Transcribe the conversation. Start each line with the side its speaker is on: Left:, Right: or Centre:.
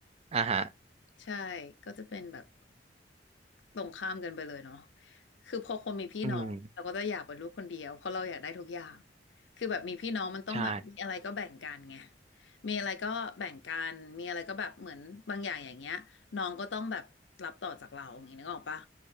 Right: อ่าฮะ
Left: ใช่ก็จะเป็นแบบ ตรงข้ามกันไปเลยเนาะคือพอคนมีพี่น้องเราก็จะอยากเป็นลูกคนเดียว
Right: อืม
Left: เพราะเราอยากได้ทุกอย่างคือแบบมีพี่น้องมันต้องแบบมีอะไรก็แบ่งกันไง
Right: ใช่
Left: มีอะไรก็แบ่งกัน มีอะไรก็แบบเหมือนบางอย่างอย่างเงี้ยน้องก็ต้องแบบรับต่อจากเราอย่างนี้นึกออกปะ